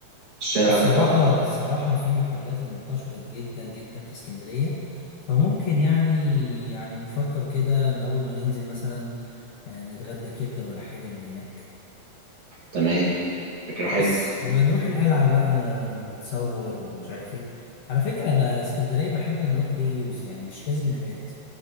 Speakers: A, on the right; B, on the left.
A: الشارع
B: والصراحة
A: ده تحفه
B: الصراحة في محلات انتشرت جدا جدا في اسكندرية فممكن يعني يعني نفكر كده إن أول ما ننزل مثلا آه، نتغدى كبدة ولا حاجة من هناك
A: تمام فكره حلو
B: بس ونروح القلعة بقى نتصور ومش عارف ايه على فكرة أنا اسكندرية بحب نروح دي يوز يعني مش لازم نبات